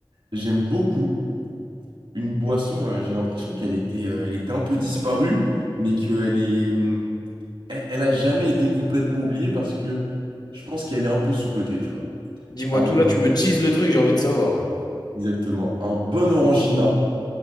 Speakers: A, on the right; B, on the left.
A: j'aime beaucoup une boisson. euh, j'ai l'impression qu'elle était, euh, elle était un peu disparue, mais qu'elle est, hum, elle, elle a jamais été complètement oubliée parce que je pense qu'elle est un peu sous-cotée, tu vois.
B: Dis-moi
A: Un
B: tout là, tu me teases le truc, j'ai envie de savoir là.
A: Exactement. Un bon Orangina.